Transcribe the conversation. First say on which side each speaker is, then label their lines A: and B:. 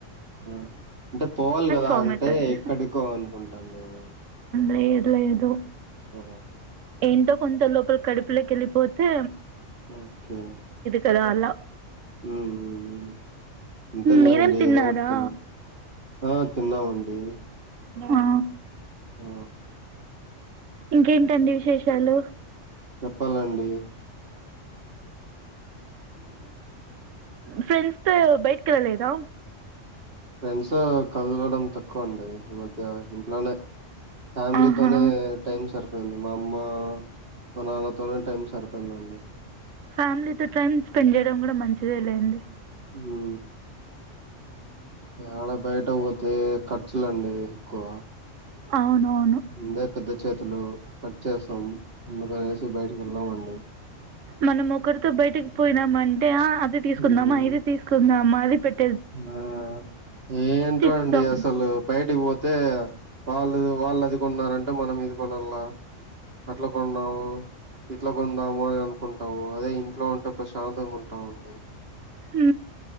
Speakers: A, on the right (about 50°); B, on the right (about 80°).
A: అంటే పోవాలి కదా
B: ఫామ్
A: అంటే
B: అయితది
A: ఎక్కడికో అనుకుంటాం నేను
B: లేదులే ప్పు
A: ఆ
B: ఏంటో కొంత లోపల కడుపులోకి వెళ్ళిపోతే
A: ఓకే
B: కద అలా
A: మ్మ్ అంతేలేండి
B: మేరం తిన్నారా
A: ఏదో ఒకటి తిన్నాను ఆ తిన్నామండి
B: ఆ
A: ఆ
B: ఇంకేంటండి విశేషాలు
A: చెప్పాలండి
B: ఫ్రెండ్స్ తో బయటికి వెళ్లలేదా
A: పె చదవడం తక్కువ అండి ఈ మధ్య ఇంట్లోనే ఫ్యామిలీతోోనే
B: ఆహా
A: టైమ్ సరి సపోయింది మా అమ్మ మా నాన్నతోనే టైం సరిపోయిందండి
B: ఫ్యామిలీతోో టైమ్ స్పెండ్ చేయడం కూడా మంచిదే లెండి
A: ఊ ఆడ బయట పోతే ఖర్చులండి ఎక్కువ
B: అవును
A: ముందే పెద్ద చేతులు కట్ చేసాం ముందుకనేసి బయటికి వెళ్ళామండి
B: మనం ఒకరితో బయటికి పోయినాం అంటే అది తీసుకుందామా
A: హ్మ్.
B: ఇది తీసుకుందామా నదిపెటి
A: ఆ ఏంటో
B: ఇస్తాం
A: అండి అసలు బయటికి పో అయితే వాళ్ళు వాళ్ళు అది కొ ఉన్నారంటే మనం ఇది న అట్లా కొంన్నావు ఇట్లా కొందాము అని అనుకుంటాము అదే ఇంట్లో ఉంటే ప్రశాంతంగా ఉంటాము అండి
B: ఊ